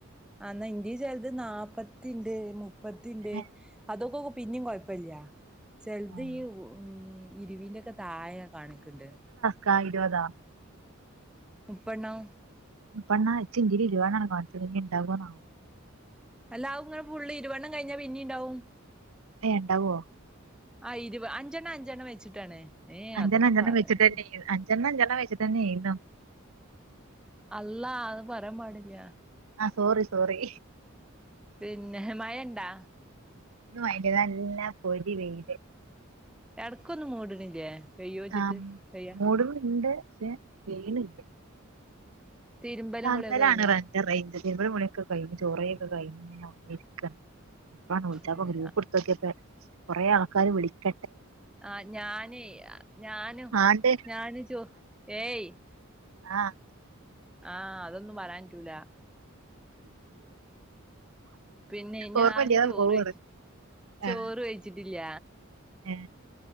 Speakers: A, in the centre; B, on the right.
A: അന്നാ ഇന്റെ ചിലത് നാല്പ്പത്തിണ്ട് മുപ്പത്തിണ്ട്
B: ഏഹ്
A: അതൊക്കെ പിന്നും കുഴപ്പില്ല ചിലത്
B: ആഹ്
A: ഈ ഉ ഇരുവീന്റെ ഒക്കെ തായ കാണിക്കണ്ട്
B: ക്ക ഇരുപതാ
A: ഉപ്പണോം
B: പണ്ണാച്ച കിീല്ല വേണ കാണിച്ചത്ങ്ങണ്ടാകും ഇനിയെ ണ്ടാ വുന്നാവോ
A: അല്ലാവും ഇങ്ങനെ ഫുളള് ഇരുവണ്ണം കഴിഞ്ഞാ പിന്നീണ്ടാവും
B: അയണ്ടാവോ
A: ആ ഇരുവ അഞ്ചെണ്ണം-അഞ്ചെണ്ണം വെച്ചിട്ടാണ് ഏ
B: അഞ്ചണ്ണം
A: അതൊന്നും
B: അഞ്ചണ്ണം
A: പറയരുത്
B: വെച്ച്ട്ടന്നെ അഞ്ചണ്ണം അഞ്ചണ്ണം വെച്ചട്ടന്നേന്നു
A: അള്ളാ അത് പറയാൻ പാടില്ല
B: ആഹ് സോറി സോറി
A: പിന്നെ മഴയണ്ടാ
B: ഇന്ന് മയല്ല്യ ഇന്ന് പൊരി വെയില്
A: എനടക്കൊന്ന് മൂട്ണില്ലേ പെയ്യോച്ചിട്ട്
B: ആഹ്
A: പെയ്യാ
B: മൂടുന്ന്ണ്ട് പക്ഷെ പെയ്യ്ണില്ല
A: തിരുമ്പലും
B: <unintelligible>
A: കുളിയൊക്കെ
B: ലാണ്
A: കഴിഞ്ഞാ
B: റ <unintelligible> തിരുമ്പലും കുളിയൊക്കെ കയിഞ്ഞ് ചേറേയൊക്കെ കയ്ഞ്ഞു ഇനി ഞാ ഒന്നിരിക്ക അപ്പാണ് വിളിച്ചാപ്പൊ
A: ഏ
B: ഗ്രൂപ്ടത്തോക്ക്യപ്പൊ കുറേ ആൾക്കാര് വിളിക്ക
A: ആഹ് ഞാന് ഞാനും
B: ആണ്ട്
A: ഞാന് ചോ ഏയ്
B: ആഹ്
A: ആഹ് അതൊന്നും പറയാൻ റ്റൂല പിന്നെയ് ഞാന്
B: ഓർമ്മല്ലാതെ
A: ചോറ്
B: പോവാണ്
A: വെയ്ച്ചി ചോറ്
B: ആ
A: വെയ്ച്ചിട്ടില്ല
B: ഏ